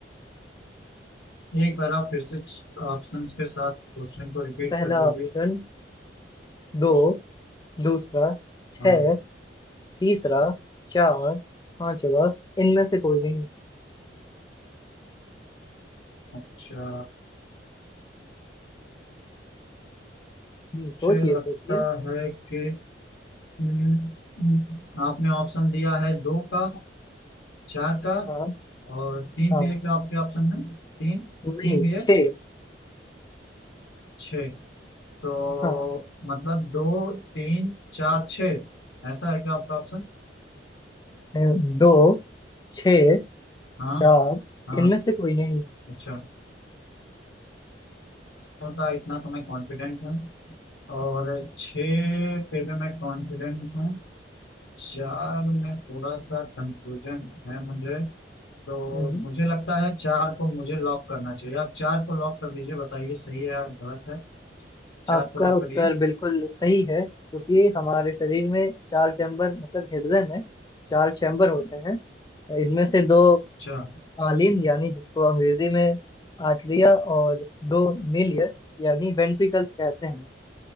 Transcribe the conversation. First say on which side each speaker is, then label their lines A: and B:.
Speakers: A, on the left (about 85°); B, on the left (about 20°).
A: एक बार आप फिर से ऑप्शंस के साथ क्वेश्चन को रिपीट
B: पहला
A: कर दीजिए
B: ऑप्शन दो दूसरा छह
A: हाँ
B: तीसरा चार पांचवा इनमें से कोई नहीं
A: अच्छा
B: हम्म,
A: मुझे
B: सोचिए
A: लगता
B: सोचिए
A: है कि हम्म, हम्म, आपने ऑप्शन दिया है दो का चार का
B: हाँ
A: और तीन
B: हाँ
A: भी है क्या आपके ऑप्शन में तीन
B: नहीं
A: तीन भी है
B: छह
A: छः तो
B: हाँ
A: मतलब दो तीन चार छः ऐसा है क्या आपका ऑप्शन
B: अम, दो छह
A: हाँ
B: चार
A: हाँ
B: इनमें से कोई नहीं
A: अच्छा होता इतना तो मैं कॉन्फिडेंट हूँ और छः पे भी मैं कॉन्फिडेंट हूँ चार में थोड़ा सा कंफ्यूजन है मुझे तो
B: हम्म,
A: मुझे लगता है चार को मुझे लॉक करना चाहिए आप चार को लॉक कर दीजिए बताइए सही है या गलत है चार
B: आपका
A: को लॉक
B: उत्तर
A: करिए
B: बिल्कुल सही है क्योंकि हमारे शरीर में चार चैम्बर मतलब हृदय में चार चैम्बर होते हैं इनमें से दो
A: चार
B: आलिन यानी जिसको अंग्रेजी में आर्टरिया और दो मिलियर यानी वेंट्रिकल्स कहते हैं